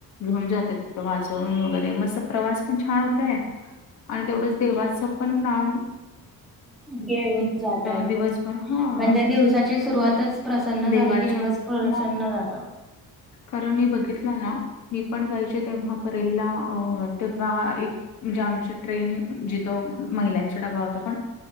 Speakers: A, on the left (about 50°); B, in the centre.
A: घेऊन जातात तिथं वाजवून वगैरे, मस्त प्रवास पण छान होतय. आणि तेवढंच देवाचं पण नाम
B: घेऊन जाता येत,
A: दिवसभर हां,
B: म्हणजे दिवसाची सुरुवातच प्रसन्न
A: देवाच्या
B: झालि की दिवस प्रसन्न
A: मग
B: जातो.
A: कारण मी बघितला ना, मी पण जायचे तेव्हा परेला अ तेव्हा एक म्हणजे आमची ट्रेन जिथ महिलांचा डबा होता पहा